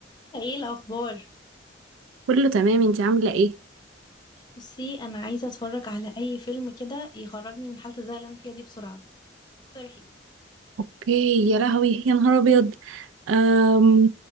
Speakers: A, on the left; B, on the right.
A: عاملة ايه الأخبار؟
B: كله تمام انتي عاملة ايه؟
A: بصي أنا عايزة أتفرج على أي فيلم كده يخرجني من حالة الزهق اللي أنا فيها دي بسرعة، اقترحي
B: اوكي يا لهوي يا نهار ابيض أم...